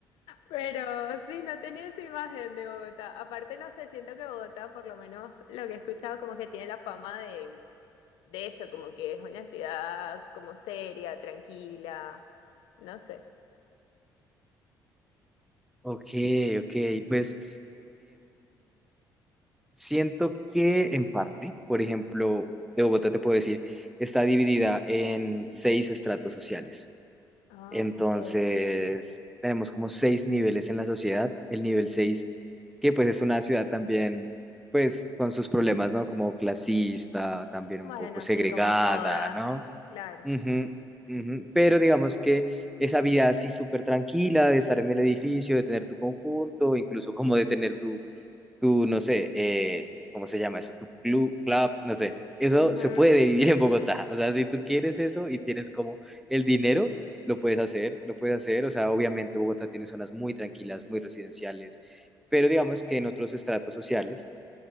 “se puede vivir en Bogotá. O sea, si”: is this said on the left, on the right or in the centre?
Centre